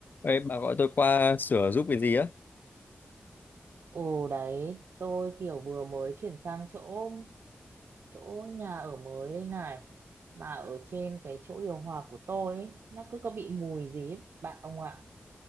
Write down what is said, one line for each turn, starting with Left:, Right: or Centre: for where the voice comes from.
Left: Ê, bà gọi tôi qua sửa giúp cái gì á?
Right: Ồ đấy, tôi kiểu vừa mới chuyển sang chỗ chỗ nhà ở mới đây này mà ở trên cái chỗ điều hòa của tôi ấy, nó cứ có bị mùi gì ấy, bạn ông ạ.